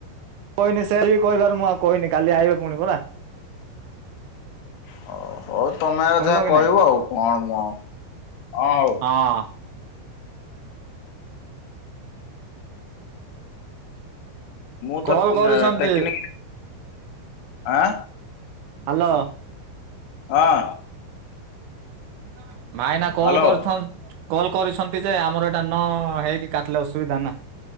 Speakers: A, on the right; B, on the left.
A: କହିନି ସେ ବି କହିବାର ମୁଁ ଆଉ କହିନି କାଲି ଆଇିବ ପୁଣି ପରା
B: ହଉ ହଉ ତମେ ଆଉ
A: ଶୁଣିଲ
B: ଯାହା
A: କି
B: କହିବ
A: ନାଇଁ
B: ଆଉ କଣ ମୁ ଆଉ ହଁ ହଉ
A: ହଁ
B: ମୁଁ
A: କଲ୍
B: ତ
A: କରିଛନ୍ତି
B: ଟେକ୍ନିକ ଆଁ
A: ହଲୋ
B: ହଁ
A: ହଁ ଭାଇନା କଲ୍
B: ହ୍ୟାଲୋ
A: କରିଥାନ୍ କଲ କରିଛନ୍ତି ଯେ ଆମର ଏଇଟା ନ ହେଇକି କାଟିଲେ ଅସୁବିଧା ନା